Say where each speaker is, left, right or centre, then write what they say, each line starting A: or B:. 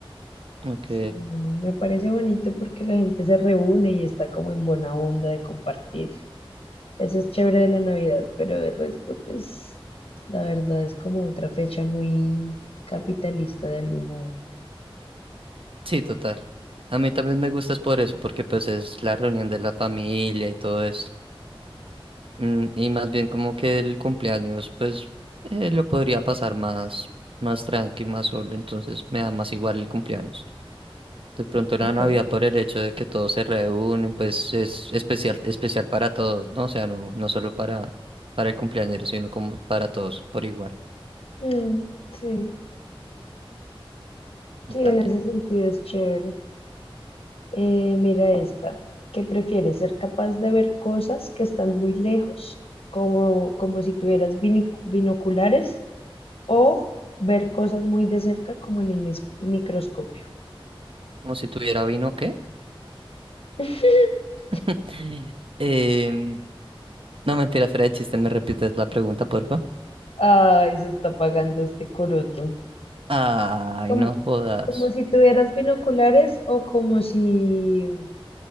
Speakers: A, on the right; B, on the left.
A: Ok.
B: Sí, no, me parece bonito porque la gente se reúne y está como en buena onda de compartir. Eso es chévere de la Navidad, pero de resto, pues, la verdad es como otra fecha muy capitalista de algún modo.
A: Sí, total. A mí también me gusta es por eso, porque pues es la reunión de la familia y todo eso. Mm, y más bien como que el cumpleaños, pues eh, lo podría pasar más, más tranqui, más solo. Entonces me da más igual el cumpleaños. De pronto la
B: Ok.
A: Navidad por el hecho de que todos se reúnen, pues es especial, especial para todos, ¿no? O sea, no, no solo para, para el cumpleañero, sino como para todos por igual.
B: Mm, sí,
A: Dale.
B: sí, en ese sentido es chévere. Eh, mira esta. ¿Qué prefieres? ¿Ser capaz de ver cosas que están muy lejos, como, como si tuvieras bini- binoculares, o ver cosas muy de cerca, como en un mis- microscopio?
A: Como si tuviera vino, ¿qué?
B: <laughs>
A: <laughs> Em, no mentira, fuera de chiste, ¿me repites la pregunta, porfa?
B: Ay, se está apagando este coroto.
A: Ay,
B: Como,
A: no jodas.
B: como si tuvieras binoculares o como si